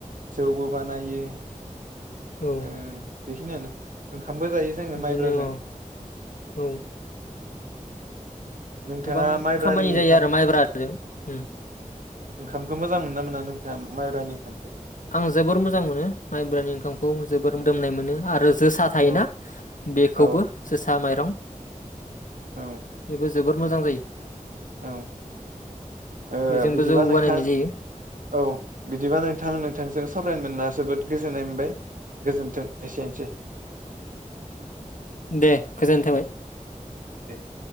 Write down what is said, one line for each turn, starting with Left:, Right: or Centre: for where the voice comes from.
Right: जौबो बानायो।
Left: औ।
Right: ओ बेखिनियानो। ओं खामबो जायो जोङो
Left: बिदिनो
Right: माइब्राजों।
Left: औ औ
Right: नोंथाङा
Left: गोबां
Right: माइब्रानि
Left: खामानि जायो
Right: ओंखाम
Left: आरो माइब्राजों। उम।
Right: ओंखामखो मोजां मोनो मोना नोंथाङा माइब्रानि ओंखामखो?
Left: आं जोबोर मोजां मोनो माइब्रानि ओंखामखौ जोबोर मोदोमनाय मोनो आरो जोसा थायोना
Right: औ
Left: बेखौबो
Right: औ
Left: जोसा माइरं
Right: औ
Left: <unintelligible> जोबोर मोजां जायो।
Right: औ ओ
Left: बेजोंबो
Right: बिदिबा
Left: जौ
Right: नोंथां
Left: बानायनाय जायो
Right: औ बिदिबा नोंथां थांजों सावरायनो मोनना जोबोद गोजोननाय मोनबाय गोजोन्थों। एसेनोसै।
Left: दे गोजोनथाबाय।
Right: दे <inaudible>